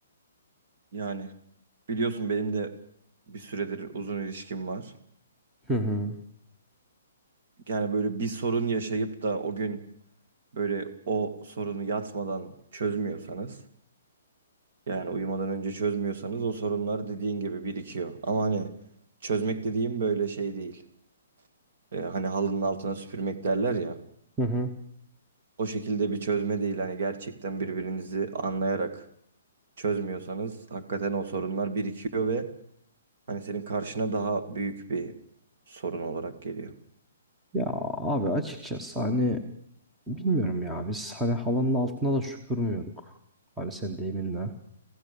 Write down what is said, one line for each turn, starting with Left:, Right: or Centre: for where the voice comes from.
Right: yani biliyorsun benim de bir süredir uzun ilişkim var.
Centre: Hı hı.
Right: Yani böyle bir sorun yaşayıp da o gün böyle o sorunu yatmadan çözmüyorsanız, yani uyumadan önce çözmüyorsanız o sorunlar dediğin gibi birikiyor. Ama hani çözmek dediğim böyle şey değil. Ee, hani halının altına süpürmek derler ya.
Centre: Hı hı.
Right: O şekilde bir çözme değil hani gerçekten birbirinizi anlayarak çözmüyorsanız hakikaten o sorunlar birikiyor ve hani senin karşına daha büyük bir sorun olarak geliyor.
Centre: Ya abi açıkçası hani bilmiyorum ya biz hani halanın altına da süpürmüyorduk. Hani sen deyiminle.